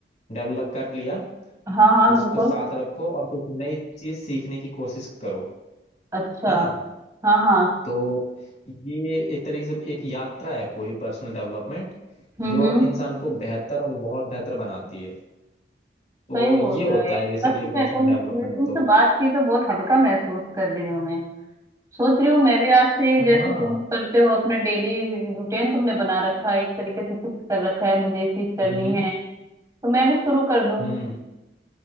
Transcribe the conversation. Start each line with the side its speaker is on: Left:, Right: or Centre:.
Left: डेवलप कर लिया
Right: हाँ हाँ
Left: उसको
Right: बिल्कुल
Left: साथ रखो और कुछ नई चीज सीखने की कोशिश करो
Right: अच्छा
Left: है ना
Right: हाँ हाँ
Left: तो ये एक तरीके से एक यात्रा है पूरी पर्सनल डेवलपमेंट
Right: हम्म
Left: जो
Right: हम्म
Left: इंसान को बेहतर और बहुत बेहतर बनाती है तो
Right: सही बोल
Left: ये होता
Right: रहे हो यार
Left: है बेसिकली
Right: सच में
Left: पर्सनल
Right: तुम
Left: डेवलपमेंट
Right: मुझे तुमसे
Left: तो
Right: बात की तो बहुत हल्का महसूस कर रही हूँ मैं सोच रही हूँ मैं भी आज से
Left: हाँ
Right: जैसे तुम करते हो अपना डेली रूटीन तुमने बना रखा है एक तरीके से फिक्स कर रखा है मुझे ये चीज करनी
Left: हम्म
Right: है तो मैं भी शुरू कर दूँ
Left: हम्म